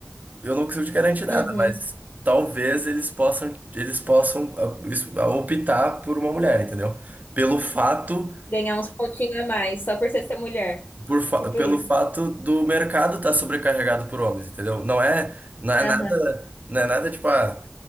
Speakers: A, on the right (about 45°); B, on the left (about 55°).
A: eu não consigo te garantir nada,
B: Uhum.
A: mas talvez eles possam, eles possam ah, isso- ah, optar por uma mulher, entendeu? Pelo fato
B: Ganhar uns pontinhos a mais, só por você ser mulher.
A: por fa-
B: Tipo
A: pelo
B: isso.
A: fato do mercado estar sobrecarregado por homens, entendeu? Não é, não é
B: Aham.
A: nada, não é nada tipo, ah,